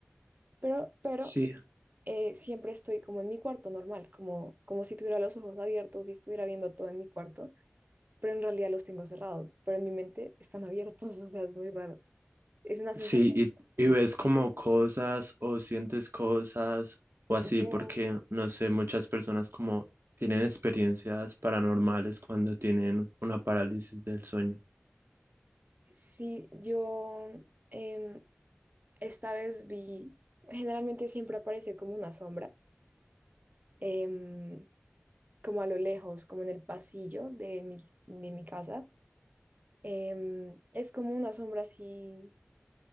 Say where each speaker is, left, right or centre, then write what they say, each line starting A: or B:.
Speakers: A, on the right; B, on the right.
A: Pero, pero
B: Sí,
A: eh, siempre estoy como en mi cuarto normal, como, como si tuviera los ojos abiertos y estuviera viendo todo en mi cuarto pero en realidad los tengo cerrados, pero en mi mente están abiertos, <laughs> o sea, es muy raro. Es una
B: sí,
A: sensación
B: y, y
A: horrible.
B: ves como cosas o sientes cosas o así,
A: Pero
B: porque no sé, muchas personas como tienen experiencias paranormales cuando tienen una parálisis del sueño.
A: sí, yo em, esta vez vi, generalmente siempre aparece como una sombra, em, como a lo lejos, como en el pasillo de mi, de mi casa. Em, es como una sombra así,